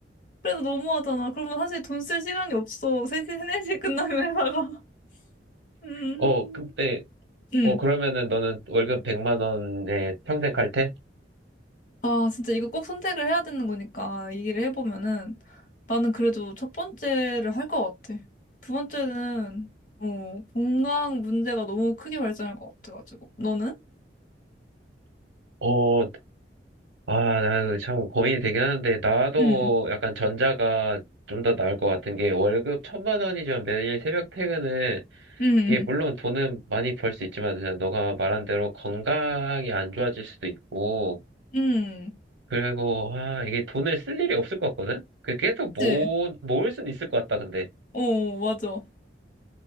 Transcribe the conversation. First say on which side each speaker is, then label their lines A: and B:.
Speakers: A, on the left (about 50°); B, on the right (about 75°).
A: 그래도 너무하잖아. 그러면 사실 돈 쓸 시간이 없어. 3시, 4시에 끝나면 회사가. <laughs> 음.
B: 어 근데
A: 음.
B: 어 그러면은 너는 월급 100만 원에 평생 갈 테?
A: 아, 진짜 이거 꼭 선택을 해야 되는 거니까 얘기를 해보면은 나는 그래도 첫 번째를 할 것 같아. 두 번째는 어, 건강 문제가 너무 크게 발전할 것 같아가지고. 너는?
B: 어, 아, 나는 참 고민이 되긴 하는데, 나도
A: 응.
B: 약간 전자가 좀 더 나을 것 같은 게, 월급 천만 원이지만 매일 새벽 퇴근은
A: 응.
B: 이게 물론 돈은 많이 벌 수 있지만 그냥 너가 말한 대로 건강이 안 좋아질 수도 있고
A: 응.
B: 그리고 아 이게 돈을 쓸 일이 없을 것 같거든? 그 계속 모
A: 그치?
B: 모을 수는 있을 것 같다 근데
A: 어, 맞아.